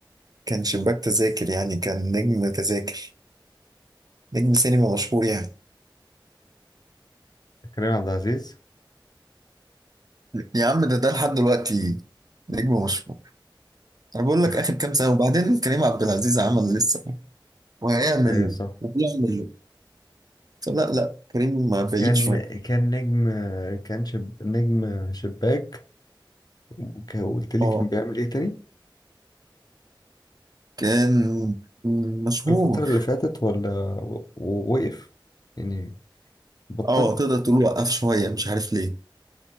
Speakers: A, on the right; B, on the left.
A: كان شباك تذاكر يعني كان نجم تذاكر نجم سينما مشهور يعني
B: كريم عبد العزيز
A: يا عم ده ده لحد دلوقتي نجم مشهور انا بقول لك
B: يا خ-
A: اخر كام سنة وبعدين كريم عبد العزيز عمل لسه وهيعمل
B: أيوة صح
A: وبيعمل لا لا كريم ما بعيد
B: كان
A: شوية
B: كان نجم كان شب... نجم شباك وك- وقلت لي
A: اه
B: كان بيعمل إيه تاني
A: كان مشهور
B: الفترة اللي فاتت ولا و- ووقف يعني بطل
A: اه تقدر تقول وقف شوية مش عارف ليه